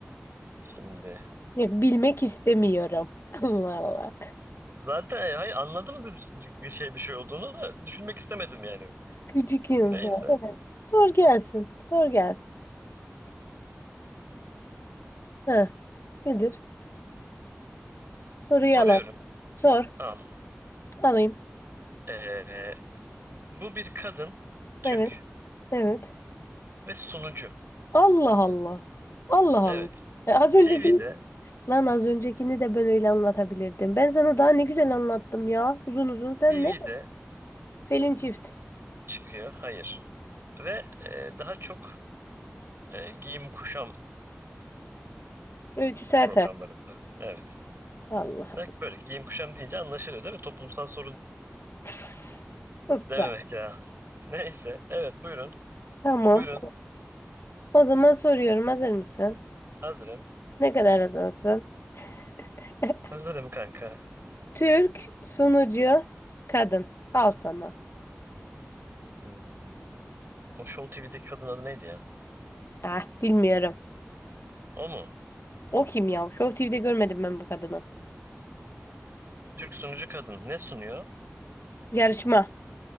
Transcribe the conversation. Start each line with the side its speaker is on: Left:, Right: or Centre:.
Right: şimdi.
Left: Ya bilmek istemiyorum. <laughs> Allah Allah.
Right: Zaten e, hayır anladım bir şey bir şey olduğunu da düşünmek istemedim yani.
Left: Gıcık insan.
Right: Neyse.
Left: Sor gelsin. Sor gelsin. Ha, nedir? Soruyu
Right: <clears throat> Soruyorum.
Left: alalım. Sor.
Right: Al.
Left: Alayım.
Right: Ee, bu bir kadın, Türk
Left: Evet. Evet.
Right: ve sunucu.
Left: Allah Allah. Allah Allah.
Right: Evet.
Left: E, az önceki
Right: TV'de,
Left: Lan az öncekini de ben öyle anlatabilirdim. Ben sana daha ne güzel anlattım ya. Uzun uzun sen
Right: TV'de
Left: ne? Pelin Çift.
Right: çıkıyor. Hayır. Ve e, daha çok e, giyim kuşam
Left: Öykü Serter.
Right: programlarında. Evet.
Left: Allah.
Right: Ne- Böyle giyim kuşam deyince anlaşılıyor değil mi? Toplumsal sorun
Left: <laughs> Pıs, Sus
Right: dememek
Left: be.
Right: lazım. <laughs> Neyse. Evet buyurun.
Left: Tamam.
Right: Buyurun.
Left: O zaman soruyorum. Hazır mısın?
Right: Hazırım.
Left: Ne kadar hazırsın? <laughs>
Right: Hazırım kanka.
Left: Türk sunucu kadın. Al sana.
Right: Hmm. O Show TV'deki kadın adı neydi ya?
Left: Ah bilmiyorum.
Right: O mu?
Left: O kim ya? Show TV'de görmedim ben bu kadını.
Right: Türk sunucu kadın ne sunuyor?
Left: Yarışma.